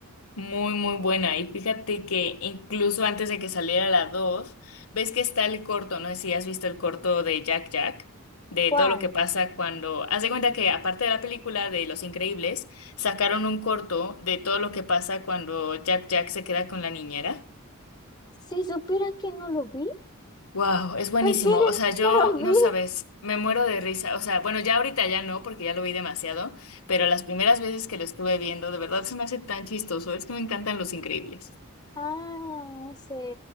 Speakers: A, on the left; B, on the left.
A: Muy, muy buena. Y fíjate que incluso antes de que saliera la dos ves que está el corto, no sé si has visto el corto de Jack Jack, de
B: ¿Cuál?
A: todo lo que pasa cuando... Haz de cuenta que aparte de la película de Los Increíbles, sacaron un corto de todo lo que pasa cuando Jack Jack se queda con la niñera.
B: Si supiera que no lo vi.
A: Wow, es buenísimo.
B: ¿En serio?
A: O sea, yo
B: No lo
A: no
B: vi.
A: sabes, me muero de risa. O sea, bueno, ya ahorita ya no, porque ya lo vi demasiado, pero las primeras veces que lo estuve viendo, de verdad se me hace tan chistoso. Es que me encantan Los Increíbles.
B: Ah, sí.